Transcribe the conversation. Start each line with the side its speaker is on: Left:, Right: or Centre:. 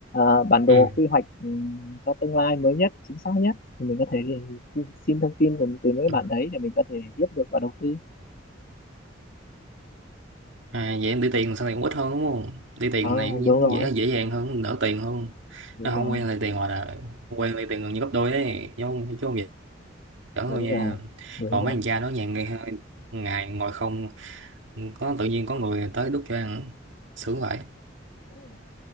Left: ờ, bản đồ
Right: ừ
Left: quy hoạch ừm, cho tương lai mới nhất chính xác nhất thì mình có thể xin xin thông tin của từ những cái
Right: Ừ.
Left: bạn đấy để mình có thể biết được và đầu tư
Right: à vậy em đi tiền sau này cũng ít hơn đúng không đi tiền
Left: Ờ,
Right: này
Left: đúng
Right: cũng
Left: rồi
Right: dễ dễ dàng hơn đỡ tiền hơn
Left: đúng
Right: à, không
Left: rồi
Right: quen lấy tiền hoặc là quen lấy tiền gần như gấp đôi đấy chứ không chứ không vậy đỡ thôi
Left: đúng
Right: nha
Left: rồi đúng
Right: còn mấy
Left: rồi
Right: thằng cha đó nhà ngày, ngày ngồi không có tự nhiên có người tới đút cho ăn sướng vậy